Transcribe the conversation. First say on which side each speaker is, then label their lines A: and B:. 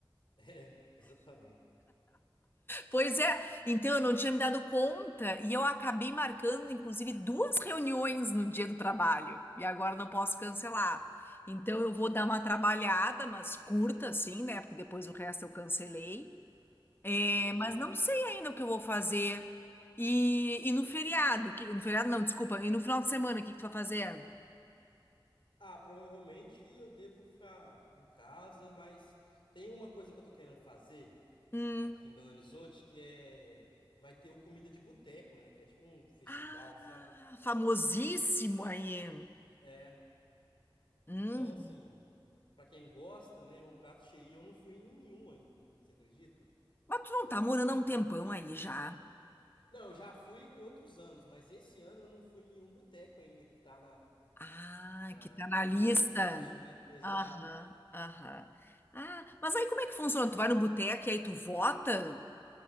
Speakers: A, on the left (about 70°); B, on the left (about 25°).
A: É, exatamente.
B: Pois é, então eu não tinha me dado conta e eu acabei marcando, inclusive, duas reuniões no dia do trabalho e agora não posso cancelar. Então eu vou dar uma trabalhada, mas curta assim, né? Porque depois o resto eu cancelei. É,
A: Entendi.
B: mas não sei ainda o que eu vou fazer. E, e no feriado, que, no feriado não, desculpa, e no final de semana, o que que tu vai fazer?
A: Ah, provavelmente eu devo ficar em casa, mas tem uma coisa que eu tô querendo fazer
B: Hum.
A: aqui em Belo Horizonte que é. Vai ter o Comida de Boteco, né? Que é tipo um festival,
B: Ah,
A: sabe?
B: famosíssimo aí.
A: É.
B: Hum.
A: Então, assim, pra quem gosta, né, é um prato cheio. E Eu não fui em nenhum ainda, você acredita?
B: Mas tu não tá morando há um tempão aí já.
A: Não, eu já fui em outros anos, mas esse ano eu não fui em nenhum boteco ainda que tá na,
B: Ah,
A: na,
B: que tá na lista.
A: no concurso, né? Exato.
B: Aham, aham. Ah, mas aí como é que funciona? Tu vai no boteco e aí tu vota?